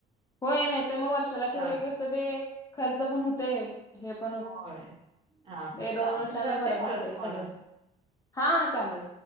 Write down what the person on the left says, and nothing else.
होय नाही तर मग वर्षाला
ठेवली की अस ते खर्च पण होतय हे पण
हे दोन
वर्षांना
बरं पडत
हे
सगळ्यासनी हा चालेल